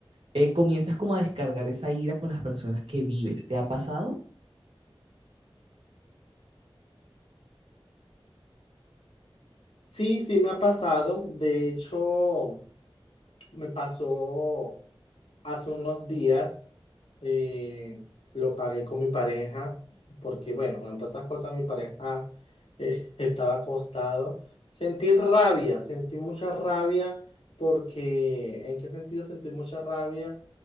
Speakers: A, on the right; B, on the left.
A: eh, comienzas como a descargar esa ira con las personas que vives. ¿Te ha pasado?
B: Sí, sí me ha pasado. De hecho, me pasó hace unos días, eh, lo pagué con mi pareja, porque bueno, entre otras cosas mi pareja eh, <laughs> estaba acostado. Sentí rabia, sentí mucha rabia, porque ¿en qué sentido sentí mucha rabia?